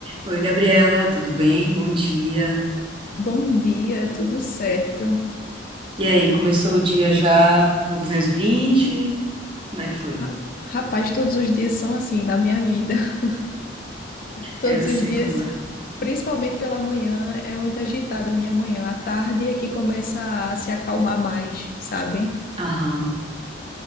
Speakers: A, on the right; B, on the left.
A: Oi, Gabriela, tudo bem? Bom dia.
B: Bom dia, tudo certo?
A: E aí, começou o dia já no 220. Como é que foi?
B: Ra- Rapaz, todos os dias são assim na minha vida. <laughs> Todos
A: É, eu sei
B: os dias,
A: como é.
B: principalmente pela manhã, é muito agitada a minha manhã. À tarde é que começa a se acalmar mais, sabe?
A: Aham.